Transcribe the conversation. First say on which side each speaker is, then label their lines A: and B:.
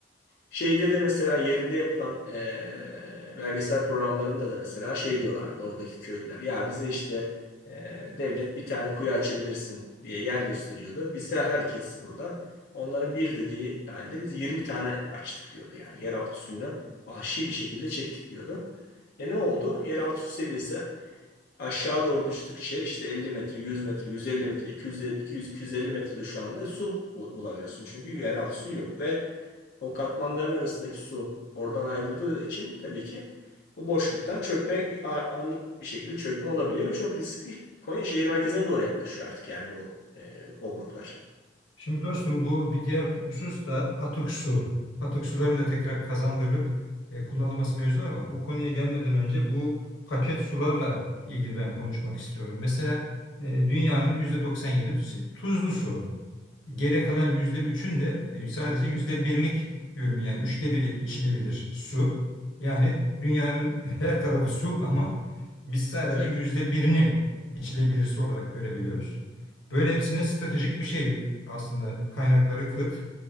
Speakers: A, on the left; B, on the left.
A: Şeyde de mesela yerinde yapılan eee, belgesel programlarında da mesela şey diyorlardı oradaki köylüler. Ya bize işte eee, devlet bir tane kuyu açabilirsin diye yer gösteriyordu. Bize herkes burada onların bir dediği halde biz 20 tane açtık diyordu. Yani yeraltı suyunu vahşi bir şekilde çektik diyordu. E ne oldu? Yeraltı su seviyesi aşağı doğru düştükçe işte 50 metre, 100 metre, 150 metre, 200, 200, 250 metrede şu anda su bu- bulamıyorsun. Çünkü yeraltı suyu yok ve o katmanların arasındaki su oradan ayrıldığı için tabii ki o boşluktan çökme bir a- anlık bir şekilde çökme olabiliyor ve çok riskli. Konya şehir merkezine doğru yaklaşıyor artık yani bu e, obruklar.
B: Şimdi dostum bu bir diğer husus da atık su. Atık suların da tekrar kazandırılıp e, kullanılması mevzu var ama bu konuya gelmeden önce bu paket sularla ilgili ben konuşmak istiyorum. Mesela e, dünyanın %97'si tuzlu su. Geriye kalan yüzde üçün de e, sadece yüzde birlik bölümü yani üçte biri içilebilir su. Yani dünyanın <laughs> her tarafı su ama biz sadece
A: Evet.
B: yüzde birini içilebilir su olarak görebiliyoruz. Böyle hepsine stratejik bir şey aslında kaynakları kıt